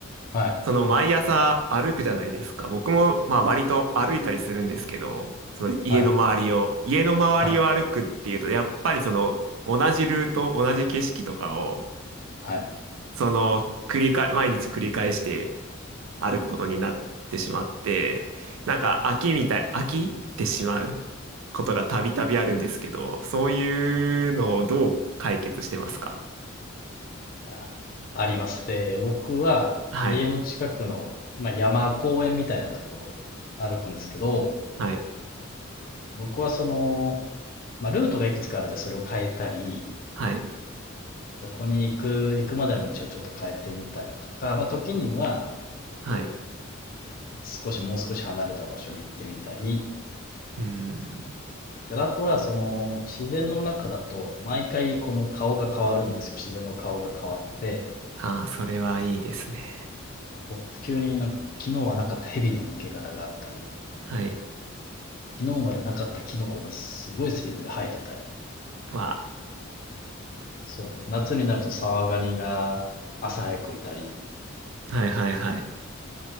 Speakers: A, on the left; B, on the right.
A: はい、
B: その毎朝歩くじゃないですか。僕もまあ割と歩いたりするんですけど、その家の周りを、
A: はい、
B: 家の周りを歩くっていうと、
A: はい、
B: やっぱりその同じルート、同じ景色とかを、
A: はい。
B: その繰り返、毎日繰り返して歩くことになってしまって、なんか飽きみたい、飽きてしまうことがたびたびあるんですけど、そういうのをどう解決してますか
A: あ、あります。で、僕は家の近くの、
B: はい、
A: まあ、山、公園みたいなところを歩くんですけど、
B: はい、
A: 僕はその、まあ、ルートがいくつかあるんでそれを変えたり、
B: はい、
A: そこに行く、行くまでの道をちょっと変えてみたりとか、まあ、時には
B: はい。
A: 少し、もう少し離れた場所に行ってみたり、
B: うん。
A: であとはその自然の中だと毎回この顔が変わるんですよ。自然の顔が変わって、
B: ああ、それはいいですね。
A: そうなんです。急になんか、昨日はなかった蛇の抜け殻があったり、
B: はい。
A: 昨日までなかったキノコがすごいスピードで生えてたり、
B: ま
A: そうなんです。夏になるとサワガニが朝早くいたり、
B: あ、はい、はい、はい。